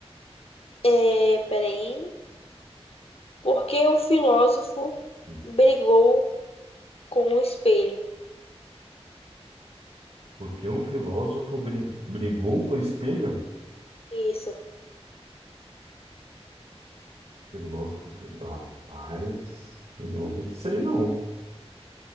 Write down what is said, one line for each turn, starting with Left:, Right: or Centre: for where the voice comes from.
Left: É, peraí. Por que o filósofo
Right: Não.
Left: brigou com o espelho?
Right: Porque um filósofo brin- brigou com o espelho?
Left: Isso.
Right: Filósofo, rapaz, não sei não.